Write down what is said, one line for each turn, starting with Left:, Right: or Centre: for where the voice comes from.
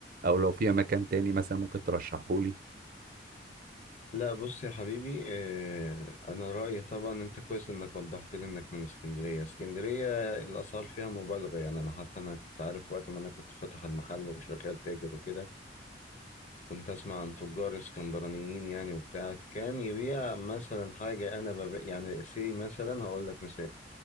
Right: او لو في مكان تاني مثلا ممكن ترشحه لي
Left: لا بص يا حبيبي اه انا رأيي طبعا انت كويس انك وضحت لي انك من اسكندرية اسكندرية الاسعار فيها مبالغة يعني انا حتى انا كنت عارف وقت ما انا كنت فاتح المحل وشغال تاجر وكده كنت اسمع عن تجار اسكندرانيين يعني وبتاع كان يبيع مثلا حاجه انا بب... يعني سي مثلا هقول لك مثال